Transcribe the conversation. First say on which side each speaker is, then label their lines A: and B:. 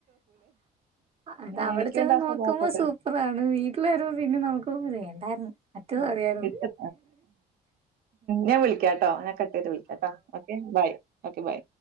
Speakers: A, on the right; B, on the right.
A: ആ എന്താ അവിടെ
B: എനിക്കുണ്ട്
A: ചെന്ന്
B: ആ
A: നോക്കുമ്പോ
B: സ്വഭാവക്കട്ടെ
A: സൂപ്പറ ആണ് വീട്ടിൽ വരുമ്പോ പിന്നെ നോക്കുമ്പ വേണ്ടായിരുന്നു മറ്റേത്
B: അട്ട
A: മതിയായിരുന്നു
B: ഞാൻ വിളിക്കാ ട്ടോ ഞാ വൈകിട്ട് വിളിക്കാട്ടോ ഓക്കെ ബൈ ഓക്കേ ബൈ